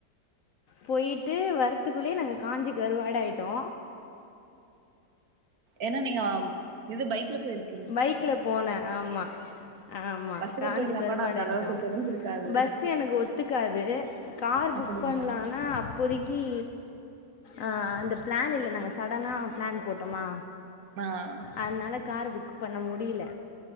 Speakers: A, on the left; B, on the right.
A: போய்ட்டு வரத்துக்குள்ளயே நாங்க காஞ்சு கருவாடாயிட்டோ
B: ஏனா நீங்க இது பைக்ல போயிர்
A: பைக்ல போனே ஆமா ஆமா
B: பஸ்ல
A: காஞ்சு
B: போயிருந்தா
A: கருவாடாயிட்டோ
B: கூட அந்த அளவுக்கு தெரிஞ்சிருக்காது
A: பஸ் எனக்கு ஒத்துக்காது கார் புக்
B: அப்டிங்களா
A: பண்லானா அப் போதிக்கி அ அந்த பிளான் இல்ல நாங்க சடனா பிளான் போட்டோமா
B: ஆ ஆ
A: அதனால கார புக் பண்ண முடில